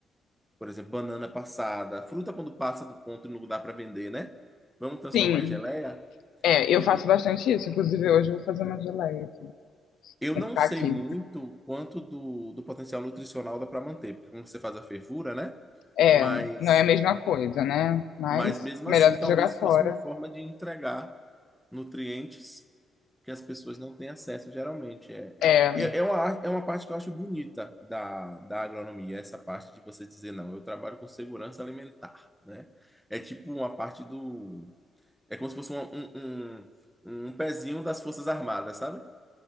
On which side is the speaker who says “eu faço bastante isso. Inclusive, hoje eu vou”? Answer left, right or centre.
Left